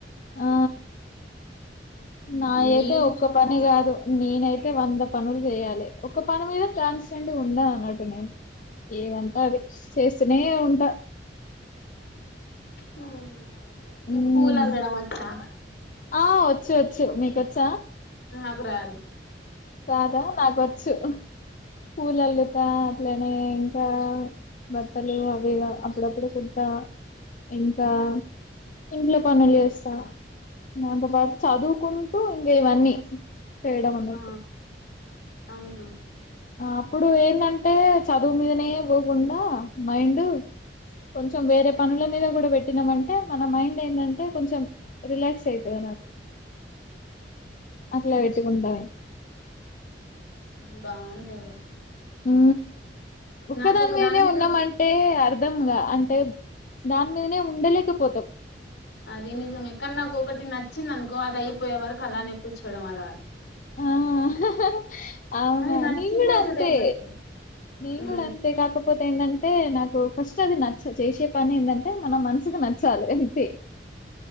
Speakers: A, on the left (about 45°); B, on the left (about 75°).
A: ఆ నా అయితే
B: మీరు
A: ఒక్క పని కాదు నేనైతే అయితే వంద పనులు చేయాలే ఒక పని మీద కాన్స్టాంట్ ఉండ అన్నట్టు నేను ఏదంటే అది చేస్తనే ఉంట
B: హా నీకు
A: మ్మ్
B: పూలల్లడం వచ్చా
A: ఆ వచ్చు వచ్చు మీకొచ్చా
B: నాకు రాదు
A: రాదా నాకొచ్చు పూలల్లుతా అట్లనే ఇంకా బట్టలు అవి అప్పుడప్పుడు కుడతా ఇంకా ఇంట్లో పనులు జేస్తా దాంతో పాటు చదువుకుంటూ ఇంగ ఇవన్నీ చేేయడం అన్నట్టు
B: ఆ అవునా
A: అప్పుడు ఏందంటే చదువు మీదనే పోకుండా మైండు కొంచెం వేరే పనుల మీద కూడా బెట్టినామంటే మన మైండ్ ఏందంటే కొంచెం రిలాక్స్ అయితది అట్లా వెట్టుకుంటాయ్
B: ఉ బాన్ లేదో
A: ఉ ఒక్కదాని
B: నాకు ఒక
A: మీదనే
B: దాని మీద
A: ఉన్నామంటే అర్ దంగ అంటే దాని మీదనే ఉండలేకపోతాం
B: అది నిజమే కానీ నాకు ఒకటి నచ్చింది అనుకో అది అయిపోయే వరకు అలానే కూర్చోవడం అలవాట్
A: ఆ ఆహ్ ఆహ్ అవునా
B: అది నచ్చిపోతది
A: నేన్ గూడ అంతే
B: ఎమ్మటే
A: నేన్
B: ఉమ్,
A: గూడ అంతే కాక పోతే ఏందంటే నాకు ఫస్ట్ అది నచ్చ చేసే పని ఏందం అంటే మన మనసుకు నచ్చాలే అంతే